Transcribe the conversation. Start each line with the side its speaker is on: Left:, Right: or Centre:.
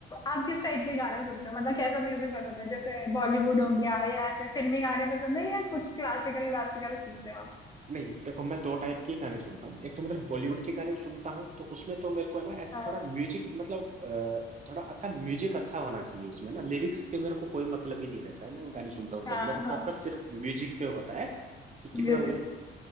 Left: आप किस टाइप के गाने सुनते हो मतलब कैसा म्यूजिक पसंद है जैसे बॉलीवुड हो गया या ऐसे फिल्मी गाने पसंद है या कुछ क्लासिकल क्लासिकल सुनते हो आप
Right: नहीं देखो मैं दो टाइप के गाने सुनता हूँ एक तो मतलब बॉलीवुड के गाने सुनता हूँ तो उसमें तो मेरे को है ना ऐसा
Left: हाँ
Right: थोड़ा म्यूजिक मतलब अ, थोड़ा अच्छा म्यूजिक अच्छा होना चाहिए उसमें ना लिरिक्स के मेरे को कोई मतलब ही नहीं रहता है मैं गाने सुनता हूँ तो
Left: हाँ
Right: मेरा
Left: हाँ
Right: फोकस सिर्फ म्यूजिक पे होता है कि कितना
Left: म्यूजिक
Right: मतलब